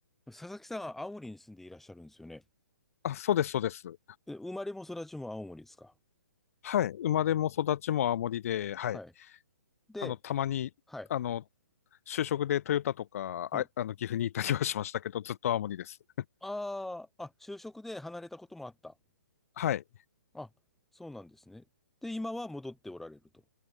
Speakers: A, in the centre; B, on the left.
A: 佐々木さんは青森に住んでいらっしゃるんですよね。
B: あ、そうです、そうです。
A: え生まれも育ちも青森ですか。
B: はい。生まれも育ちも青森で、はい。
A: はい。で、
B: あの、たまに、
A: はい。
B: あの、就職でトヨタとか、
A: うん。
B: あ、あの、岐阜にいたりはしましたけど、ずっと青森です。
A: ああ、あ、就職で離れたこともあった。
B: はい。
A: あ、そうなんですね。で、今は戻っておられると。